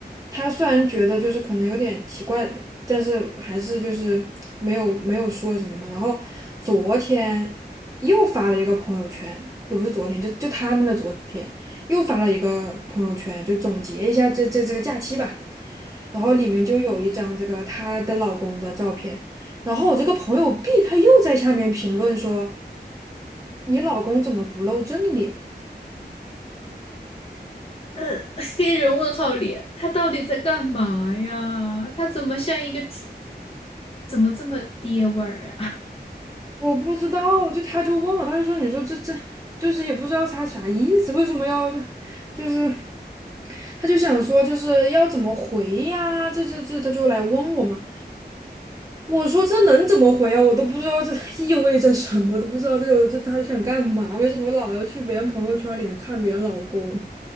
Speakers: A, on the right (about 20°); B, on the left (about 35°).
A: 他虽然觉得就是可能有点奇怪，但是还是就是没有没有说什么嘛。然后昨天又发了一个朋友圈，也不是昨天，就就他们的昨天又发了一个朋友圈，就总结一下这这这个假期吧。然后里面就有一张这个她的老公的照片，然后我这个朋友 B 他又在下面评论说：“你老公怎么不露正脸？”
B: 呃，黑人问号脸，他到底在干嘛呀？他怎么像一个，怎么这么爹味儿呀？<laughs>
A: 我不知道，就他就问我，他就说，你说这这就是也不知道他啥意思，为什么要就是他就想说就是要怎么回呀、这这这他就来问我嘛，我说这能怎么回啊？我都不知道这 <laughs> 意味着什么，都不知道这有这他想干嘛？为什么老要去别人朋友圈里面看别人老公？